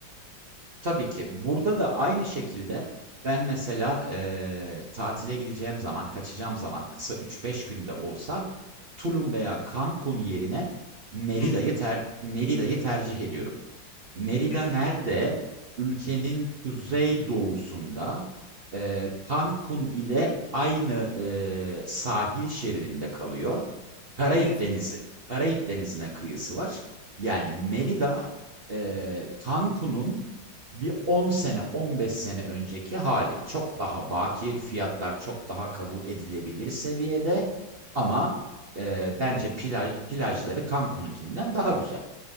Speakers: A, on the right; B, on the left.
A: Tabii ki. Burada da aynı şekilde ben mesela eee, tatile gideceğim zaman, kaçacağım zaman kısa üç beş günde olsa Tulum veya Cancun yerine Merida'yı
B: Hmm,
A: ter Merida'yı tercih ediyorum. Merida
B: hmm,
A: nerede? Ülkenin kuzey doğusunda eee Cancun ile aynı eee, sahil şeridinde kalıyor. Karayip
B: hmm,
A: Denizi, Karayip Denizi'ne kıyısı var. Yani Merida
B: hmm,
A: eee Cancun'un bir 10 sene, 15 sene önceki hali. Çok daha bakir, fiyatlar çok daha kabul edilebilir seviyede. Ama eee, bence
B: hmm.
A: plaj, plajları Cancun'unkinden daha güzel.